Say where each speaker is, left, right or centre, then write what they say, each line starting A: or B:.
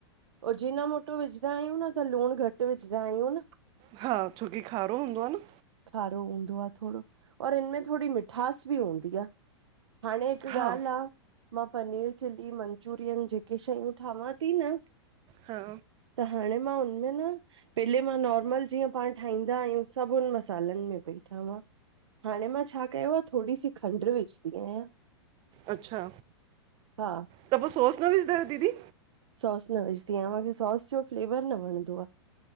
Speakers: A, on the right; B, on the right.
A: अजीनामोटो विझदा आहियूं न, त लूण घट विझदा आहियूं न।
B: हा, छोकी खारो हूंदो हा न।
A: खारो हूंदो आ थोङो, और हिनमें थोरी मिठास बि हूंदी आ। हाणे हिक
B: हा
A: ॻाल्ह आ मां पनीर चिली, मंचुरियन, जेके शयूं ठावां थी न
B: हा।
A: त हाणे मां हुनमें न, पेले मां नॉर्मल जीअं पाणं ठाहींदा आहियूं सभ हुनम सालन में पई ठांवां हाणे मां छा कयो आ, थोरी सी खंड्र विझदी आहियां।
B: अचछा,
A: हा
B: त पो, सोस न विजदा आहियो दीदी?
A: सॉस न विजदीआ, माखे सॉस जो फ़्लेवर न वणंदो आ।